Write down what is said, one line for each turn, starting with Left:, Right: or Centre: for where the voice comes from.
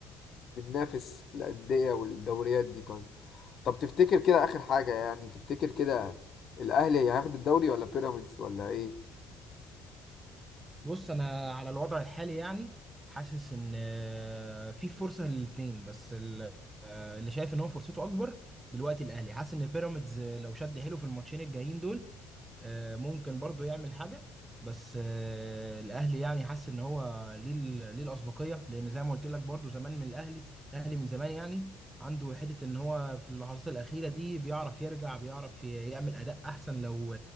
Left: بننافس الأندية والدوريات دي طيب طب تفتكر كده آخر حاجة يعني تفتكر كده الأهلي هياخد الدوري ولا بيراميدز ولا ايه
Right: بص انا على الوضع الحالي يعني حاسس ان آه، في فرصه للاثنين بس ال- اللي شايف ان هو فرصته اكبر دلوقتي الاهلي حاسس ان بيراميدز آه، لو شد حيله في الماتشين الجايين دول آه، ممكن برضو يعمل حاجة بس آه، الاهلي يعني حاسس ان هو ليه ال- ليه الاسبقيه لان زي ما قلت لك برضو زمان من الاهلي الاهلي من زمان يعني عنده حته ان هو في اللحظات الاخيره دي بيعرف يرجع بيعرف ي- يعمل اداء احسن لو